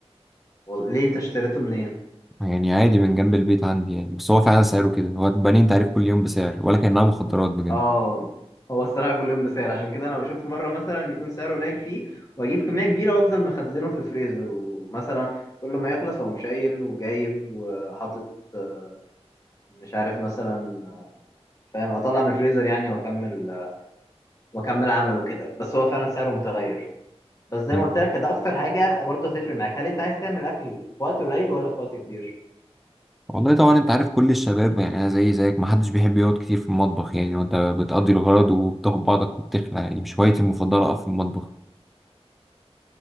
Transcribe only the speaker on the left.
وال- ليه انت اشتريته منين
اه هو الصراحة كل يوم بسعر عشان كده انا بشوف مرة مثلا يكون سعره قليل فيه واجيب كمية كبيرة وافضل مخزنه في الفريزر ومثلا كل ما يخلص اقوم شايل وجايب وحاطط آه، مش عارف مثلا آه، فاهم اطلع من الفريزر يعني واكمل آه، واكمل عمله كده بس هو فعلا سعره متغير بس زي
ما قلت لك ده اكتر حاجة برضه هتفرق معاك هل انت عايز تعمل اكل في وقت قليل ولا في وقت كبير